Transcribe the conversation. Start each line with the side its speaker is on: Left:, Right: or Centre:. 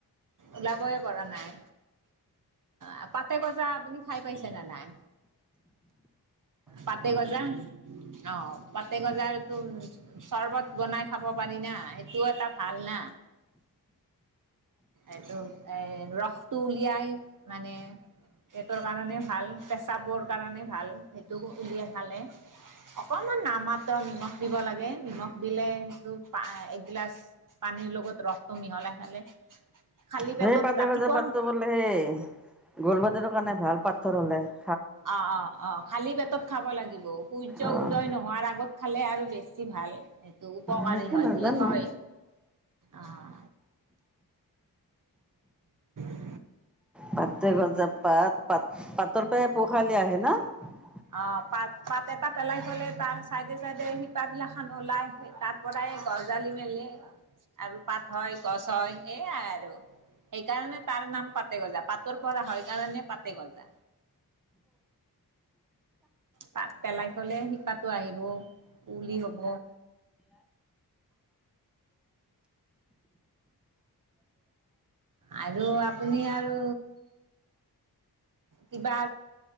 Right: ওলাবই পৰা নাই আ পাতে গজা আপুনি খাই পাইছেনে নাই? পাতে গজা অ পতে গজাৰ তোৰ চৰ্বত বনাই খাব পাৰি না সেইটোও এটা ভাল না। এইটো এ ৰসটো উলিয়াই মানে পেটৰ কাৰণে ভাল পেচাবৰ কাৰণে ভাল সেইটো উলিয়াই খালে অকণমান নামাত্ৰ নিমখ দিব লাগে নিমখ দিলে সেইটো একগিলাচ পানীৰ লগত ৰসটো মিহলাই খালে খালী
Centre: সেই
Right: পেটত
Centre: পাতে
Right: ৰাতিপুৱা
Centre: কজা পাতটো বোলে সেই গোল পাটটো কাৰণে ভাল পাত <inaudible> তৰে <inaudible>
Right: অ' অ' অ' খালী পেটত খাব লাগিব সূৰ্য
Centre: অ'
Right: উদয় নোহোৱাৰ আগত। খালে আৰু বেছি বেছি ভাল সেইটো উপকাৰী
Centre: সেইটো
Right: হয়
Centre: নাজানো
Right: বুলি কয়, অ' স
Centre: পাত গজা পাত। পাতৰ পৰা পো খালি। <inaudible> এতিয়া আহে ন।
Right: অ' পাত পাত এটা পেলাই থলে, তাৰ চাইডে - চাইডে। পোখা ওলাই, তাৰ পৰাই গজালি মেলি আৰু পাত। হয়, গছ হয় সেয়াই আৰু। সেইকাৰণে তাৰ নাম পাতেগজা পা গছৰ পৰা হয় কাৰণে, পাত <inaudible> পাত পেলাই থলে শিপা আহিব পুলি হব। আৰু আপুনি আৰু কিবা